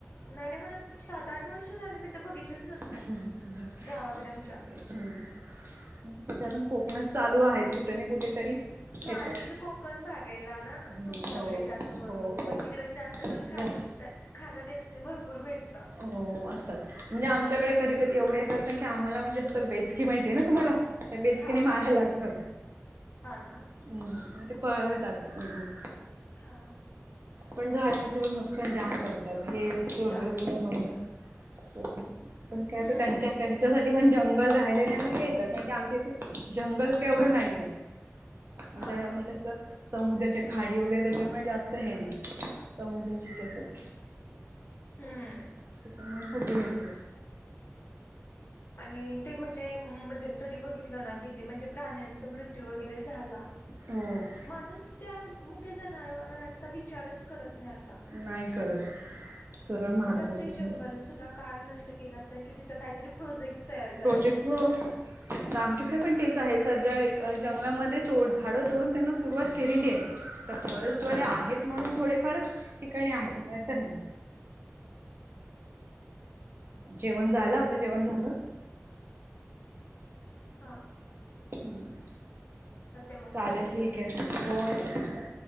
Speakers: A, on the left; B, on the right.
A: नाही नाही म्हण सात आठ वर्ष झाले मी ते बघितलेच नसत्याल
B: ह
A: गावाकडे
B: आमच्याकडे
A: आमच्या
B: हम् सध्या पण कोकणात चालू आहेत कुठे ना कुठे तरी येतात.
A: हा तिकडे कोकण भाग आहे लाला
B: हम्म,
A: तुमच्याकडे
B: हो
A: जास्त करून
B: हो हो
A: मग तिकड जास्त करून ख
B: जास्त
A: खाना त्यांचनी भरपूर भेटत
B: हो असतात म्हणजे आम त्याच्याकडे कध कधी एवढे येतात ना कीम्हाला म्हणजे असं बेचकी माहिती आहे ना तुम्हाला बेसकीिने
A: हा
B: मार्या लागतात
A: हा ना
B: हम् ते पळवत आातात निघून
A: हा
B: पण झाडांच नुकसान जाम करतात हे जोरजोड
A: जाम
B: म्हणूनदी पण कायता
A: हम्म
B: त्यांच्या त्यांच्यासाठी पण जंगल राहिले नाही मग येतात नाही की आमच्या इथे जंगल के एवढं नाहीये म्हणजे
A: हा
B: आम्हाला
A: ना
B: समुद्रच्या खाडी वगैरे त्याच्यामुळे जास्त हे नाही समुद्रचीसच
A: हम्म
B: त्याच्यामुळे सग येत
A: आणि ते म्हणजे मध्येंतरी बघितलं ना कि ते म्हणजे प्राण्यांचा मृत्यू वगैरे झाला
B: हम
A: माणूस त्या मुख्या जनावरांचा विचारच नाही आ
B: नाही करत सरळ मारतात
A: आता ते
B: वगैरे
A: जंगल सुधा का नष्ट केलं असेल की तिथं काहीतरी प्रोजेक्ट तयार करायचा
B: प्रोजेक्ट
A: असेल
B: हो तर आमच्याकडे पण तेच आहे सध्या एक जंगलामध्ये तोड झाडं तोडून त्यांना सुरुवात केलेली आहे आ फॉरेस्टवाले आहेत म्हणून थोडेफार ठिकाणी आहेत नाहीत ना जेवण झाला जेवण झालं
A: हां
B: हम्
A: मग
B: चालेल
A: करते
B: ठीक
A: परत
B: आहे हो
A: हा